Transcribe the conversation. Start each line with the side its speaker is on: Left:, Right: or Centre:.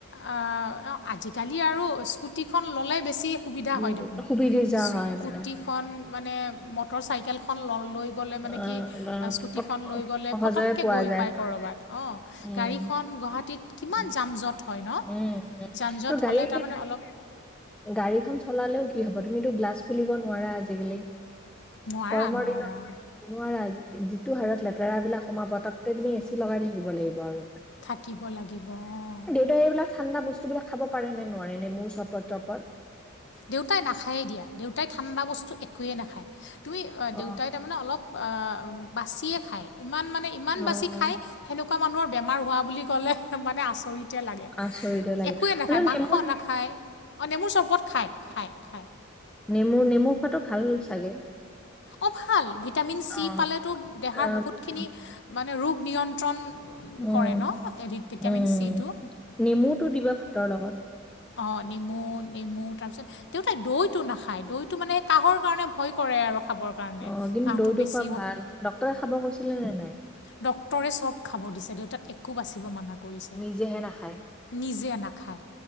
Left: আহ আজিকালি আৰু স্কুটিখন ল'লে বেছি। সুবিধা
Centre: উম,
Left: হয় দেখোন
Centre: সুবিধা
Left: স্কুটিখন
Centre: হয় মানে হয়,
Left: মানে মটৰ চাইকেলখন ললে লৈ গ'লে মানে
Centre: অ',
Left: কি
Centre: অ,
Left: স্কুটিখন
Centre: পত-
Left: লৈ গ'লে
Centre: সহজে
Left: পতক। এ
Centre: পোৱা
Left: গৈ
Centre: যায়,
Left: পায় কৰবাত অহ
Centre: উম,
Left: গাড়ীখন গুৱাহাটীত কিমান
Centre: উম,
Left: যাঁম জট। হয় ন
Centre: উম, উম।
Left: যান জঁট
Centre: আৰু গাড়ী
Left: হ'লে তাৰমানে অলপ।
Centre: গাড়ীখন চলালেও কি হব তুমিতো গ্লাছ খুলিব নোৱাৰা আজিকালি।
Left: নোৱাৰা
Centre: গৰমৰ
Left: নোৱাৰা
Centre: দিনত নোৱাৰা যিটো হাৰত লেতেৰা বিলাক সোমাব তাকৈ তুমি। লগাই থাকিব লাগিব আৰু।
Left: থাকিব লাগিব অহ।
Centre: তই এইবিলাক ঠাণ্ডা বস্তুবিলাক খাব পাৰে নে নোৱাৰে নে মোৰ চৰবত তৰবত।
Left: দেউতাই নাখায়েই দিয়া দেউতাই ঠাণ্ডা বস্তু একোৱে নাখায় তুমি
Centre: অ',
Left: দেউতাই তাৰমানে। মানে অলপ অ বাছিয়ে খায় ইমান মানে ইমান
Centre: অ',
Left: বাছি খায়। সেনেকুৱা মানুহৰ বেমাৰ হোৱা বুলি ক'লে। একদম মানে আচৰিতে লাগে
Centre: আচৰিতে লাগে
Left: একোৱে নাখায়
Centre: হ'লেও
Left: মাংস
Centre: নেমু
Left: নাখায়। অ, নেমুৰ চৰ্বত খায় খায় খায়।
Centre: নেমু - নেমু খোৱাটো ভাল চাগে?
Left: অঁ ভাল, ভিটামিন চি
Centre: অ',
Left: পালেতো দেহাৰ
Centre: অ',
Left: বহুতখিনি
Centre: উম,
Left: মানে ৰোগ নিয়ন্ত্ৰণ
Centre: উম,
Left: কৰে ন এ দি ভিটামিন
Centre: উম,
Left: চিটো।
Centre: নেমুটো দিবা ভাতৰ লগত।
Left: অঁ নেমু - নেমু তাৰপিছত দেউতাই দৈটো নাখায়, দৈটো মানে কাহৰ কাৰণে ভয় কৰে আৰু খাবৰ কাৰণে
Centre: অ দিম
Left: কাহটো
Centre: দৈটো
Left: বেছি
Centre: খোৱা ভাল, ডক্তৰে খাব কৈছিলে নে নাই?
Left: ডক্টৰে চব খাব দিছে দেউতাক একো বাচিব মানা কৰিছে।
Centre: নিজেহে নাখায়
Left: নিজে নাখায়।